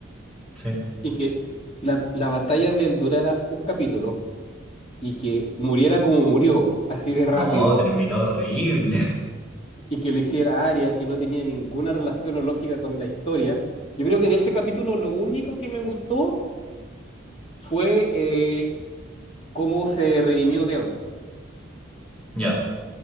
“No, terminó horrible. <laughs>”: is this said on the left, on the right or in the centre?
Centre